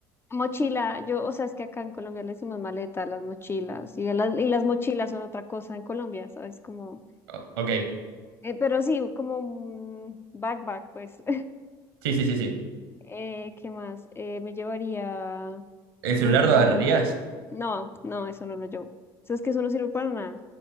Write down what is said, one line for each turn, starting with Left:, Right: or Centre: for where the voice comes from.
Left: mochila, yo, o sea, es que acá en Colombia le decimos maleta a las mochilas, y, a las, y las mochilas son otra cosa en Colombia, ¿sabes? Como,
Right: O- ok.
Left: eh, pero sí, como un backpack, pues.
Right: Sí, sí, sí, sí.
Left: Eh, ¿qué más? Eh, me llevaría...
Right: ¿El celular
Left: Rurururu.
Right: lo agarrarías?
Left: No, no, eso no lo llevo. Eso es que eso no sirve para nada. O